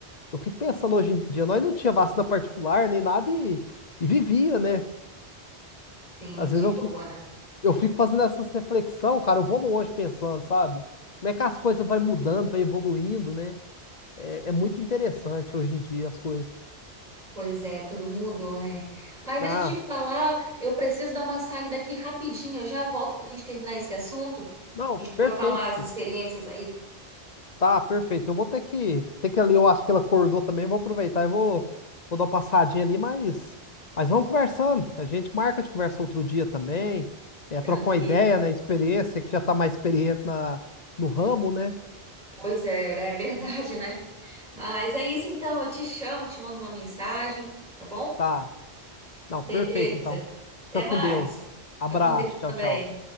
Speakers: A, on the left; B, on the right.
A: Eu fico pensando hoje em dia, nós não tinha vacina particular nem nada e, e vivia, né?
B: Sim,
A: Às
B: de
A: vezes eu
B: boa,
A: fico.
B: né?
A: Eu fico fazendo essa reflexão, cara, eu vou longe pensando, sabe? Como é que as coisas vai mudando, vai evoluindo, né? É, é muito interessante hoje em dia as coisas.
B: Pois é, tudo mudou, né? Mas deixa
A: Ah,
B: eu te falar, eu preciso dar uma saída aqui rapidinho, eu já volto pra gente terminar esse assunto,
A: não,
B: a gente trocar
A: perfeito.
B: umas experiências aí.
A: Tá, perfeito. Eu vou ter que, ter que ali, eu acho que ela acordou também, vou aproveitar e vou, vou dar uma passadinha ali, mas, mas vamos conversando. A gente marca de conversa outro dia também, é,
B: Tranquilo.
A: trocar uma ideia, né? Experiência, que já tá mais experiente na, no ramo, né?
B: Pois é, né? é verdade, né? Mas é isso então, eu te chamo, te mando uma mensagem, tá bom?
A: Tá. Não,
B: Beleza.
A: perfeito então. Fica
B: Até mais.
A: com Deus. Abraço,
B: Fica com Deus
A: tchau,
B: também.
A: tchau.